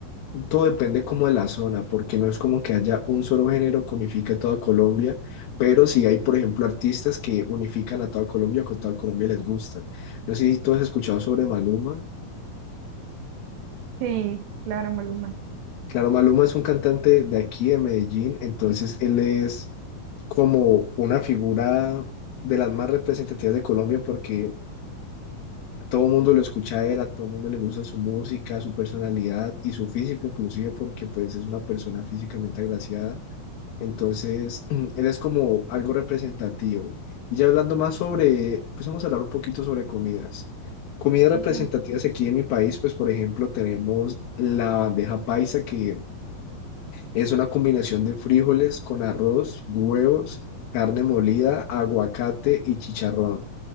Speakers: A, on the left (about 85°); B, on the right (about 80°).
A: Todo depende como de la zona, porque no es como que haya un solo género que unifique a toda Colombia, pero sí hay, por ejemplo, artistas que unifican a toda Colombia, que a toda Colombia les gustan. No sé si tú has escuchado sobre Maluma.
B: Sí, claro, Maluma.
A: Claro, Maluma es un cantante de aquí, de Medellín, entonces él es como una figura de las más representativas de Colombia porque todo el mundo lo escucha a él, a todo el mundo le gusta su música, su personalidad y su físico inclusive porque pues es una persona físicamente agraciada. Entonces, <clears throat> él es como algo representativo. Y ya hablando más sobre, pues vamos a hablar un poquito sobre comidas. Comidas representativas
B: Ajá.
A: aquí en mi país, pues por ejemplo tenemos la bandeja paisa, que es una combinación de frijoles con arroz, huevos, carne molida, aguacate y chicharrón.